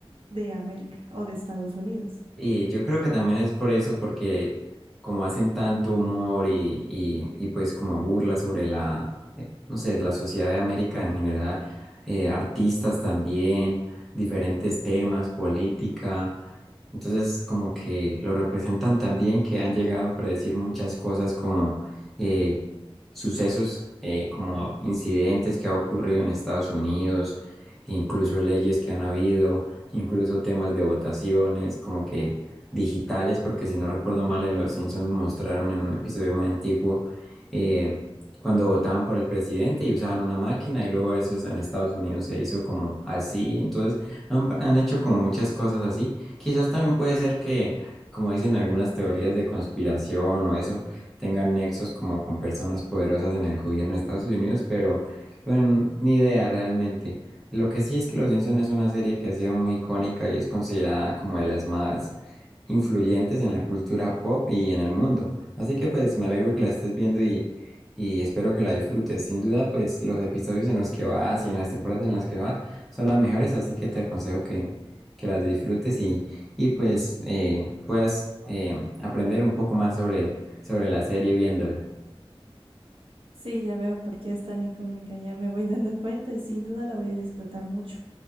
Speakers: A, on the right; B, in the centre.
A: de América o de Estados Unidos.
B: Y yo creo que también es por eso, porque como hacen tanto humor y, y, y pues como burla sobre la, eh, no sé, la sociedad de América en general, eh, artistas también, diferentes temas, política, entonces como que lo representan tan bien que han llegado a predecir muchas cosas como eh, sucesos, eh, como incidentes que ha ocurrido en Estados Unidos, e incluso leyes que han habido incluso temas de votaciones, como que digitales, porque si no recuerdo mal, en Los Simpsons mostraron en un episodio muy antiguo eh, cuando votaban por el presidente y usaban una máquina y luego eso es- en Estados Unidos se hizo como así, entonces han, han hecho como muchas cosas así. Quizás también puede ser que, como dicen algunas teorías de conspiración o eso, tengan nexos como con personas poderosas en el gobierno de Estados Unidos, pero bueno, ni idea realmente. Lo que sí es que Los Simpson es una serie que ha sido muy icónica y es considerada como de las más influyentes en la cultura pop y en el mundo. Así que pues me alegro que la estés viendo y, y espero que la disfrutes. Sin duda pues los episodios en los que vas y en las temporadas en las que vas son las mejores, así que te aconsejo que, que las disfrutes y, y pues eh, puedas eh, aprender un poco más sobre, sobre la serie viéndola.
A: Sí, ya veo por qué es tan icónica, ya me voy <laughs> dando cuenta y sin duda la voy a disfrutar mucho.